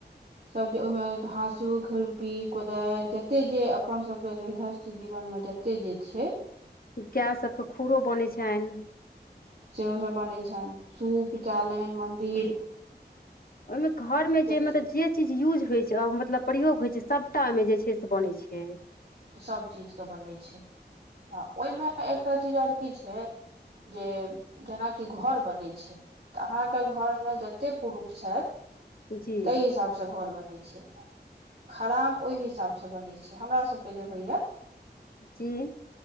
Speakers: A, on the right (about 60°); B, on the left (about 55°).
A: सबजे ओहिमे हाँसुक खुरपी कोदारि जते जे अपन सभके गृहस्थ जीवनमे जते जे छै
B: गाय सभके खूरो बनै छनि
A: सेहोसभ बनै छनि सूप चालनि मन्दिर
B: ओहिमे घर मे
A: जते
B: जे मतलब जे चीज यूज होइ छै मतलब प्रयोग होइ छै सभटा ओहिमे जे छै से बनै छै
A: सभ चीजके बनै छै आ ओहिमे एकटा चीज आओर की छै जे जेनाकि घर बनै छै तऽ अहाँके घरमे जते पुरुष छथि
B: जी
A: तहि हिसाबसँ घर बनै छै ओहिमे खराम ओहि हिसाबसँ बनै छै हमरा सभके जे होइया
B: की <inaudible>